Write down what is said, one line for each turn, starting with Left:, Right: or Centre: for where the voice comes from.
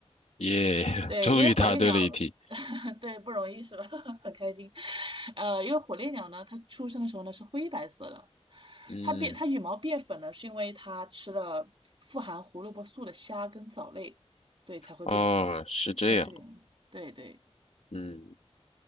Left: 耶，
Right: 对，
Left: <laughs> 终于答对了一题。
Right: 因为火烈鸟，<laughs> 对，不容易是吧？<laughs> 很开心。呃，因为火烈鸟呢，它出生的时候呢是灰白色的，
Left: 嗯，
Right: 它变它羽毛变粉呢，是因为它吃了富含胡萝卜素的虾跟藻类，对，才会变色，
Left: 哦，是这样。
Right: 是因为这个原因。对对，
Left: 嗯，